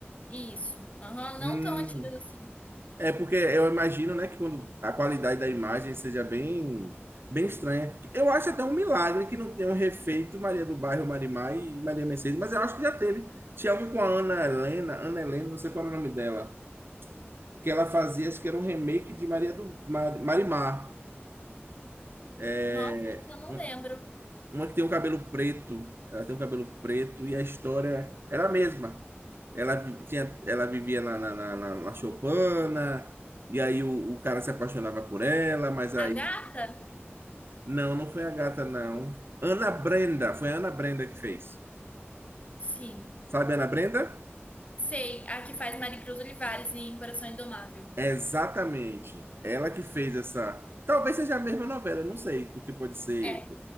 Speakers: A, on the left; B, on the right.
A: Isso. Aham,
B: Hum,
A: não tão antigas assim.
B: é porque eu imagino, né, que quando a qualidade da imagem seja bem, bem estranha. Eu acho até um milagre que não tenham refeito Maria do Bairro, Marimar e Maria Mercedes, mas eu acho que já teve. Tinha um com a Ana Helena, Ana Helena, não sei qual era o nome dela. que ela fazia, acho que era um remake de Maria do Mar, Marimar. É,
A: Nossa, essa eu não
B: um,
A: lembro.
B: uma que tem o um cabelo preto, ela tem o um cabelo preto e a história era a mesma. Ela, tinha, ela vivia na, na, na, na Chopana, e aí o, o, cara se apaixonava por ela, mas aí.
A: A gata?
B: Não, não foi a gata, não. Ana Brenda, foi a Ana Brenda que fez.
A: Sim.
B: Sabe, a Ana Brenda?
A: Sei, a que faz Maricruz Olivares em Coração Indomável.
B: É exatamente. Ela que fez essa. Talvez seja a mesma novela, não sei, porque pode ser
A: É,